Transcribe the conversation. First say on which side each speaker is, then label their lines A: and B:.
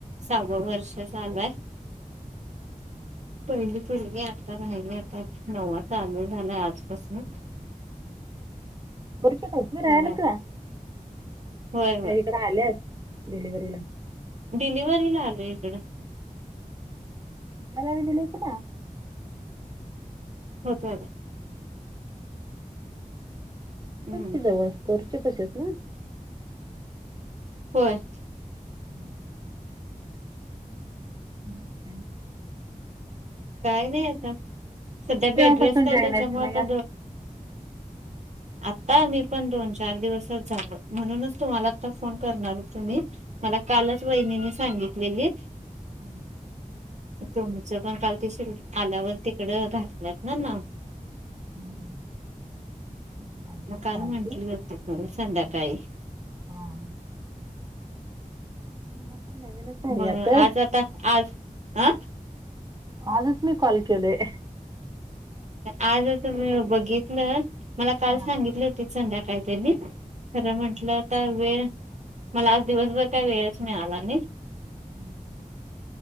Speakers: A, on the right; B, on the right.
A: सहावं वर्ष चालूय. पहिली फलगे हतात. राहिले आता नव्वा चालू झालाय आजपासून.
B: बर्शीत उभ राहिलं
A: बघाय
B: का.
A: होय होय
B: काइ इकड आल्यात डिलिव्हरीला.
A: डिलिव्हरी ला आलो इकडं.
B: वी दिले होत ना.
A: होतय ते. हम्म
B: च कि जवळ करचे कसेच ना <unintelligible>
A: होय.
B: हम्म हम् ह् <unintelligible> ह खड ते <unintelligible>
A: काही नाही आता सध्या
B: तू केव्हापासून
A: बेड्रेस त्याच्यामुळे
B: जॉईन आहेस मग
A: आता
B: यात
A: आता
B: आमचे?
A: मी पण दोन चार दिवसच झालो, म्हणूनच तुम्हाला आता फोन करणार होतो मी. मला
B: हा,
A: कालच वहिनीने सांगितलेली.
B: हम्.
A: तुमचं पण काल तिशी आल्यावर तिकड घातलंत ना नाव
B: हा. इकडे आलेली
A: मग काल
B: कालची
A: म्हणटली खूप ग संध्याकाळी
B: हम. म नवीनच झाली
A: मग
B: आता.
A: आज आज अ
B: आजच मी कॉल केलोय.
A: आज त बघितलं मला काल
B: हा
A: सांगितलं होती संध्याकाळी त्यांनी. खरं
B: हम्म.
A: म्हंटलं तर वेळ मला आज दिवसभर काय वेळच मिळाला नाही.
B: हम्म.